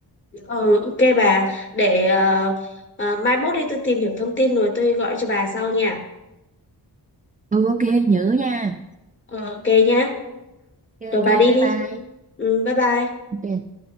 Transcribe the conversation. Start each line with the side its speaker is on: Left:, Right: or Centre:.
Left: ừ, ok bà, để ờ, ờ, mai mốt đi tôi tìm hiểu thông tin rồi tôi gọi cho bà sau nha.
Right: ừ ok nhớ nha
Left: Ờ, ok nhá,
Right: ok
Left: rồi
Right: ok
Left: bà đi
Right: bye
Left: đi.
Right: bye
Left: Ừ, bye bye.
Right: Ok.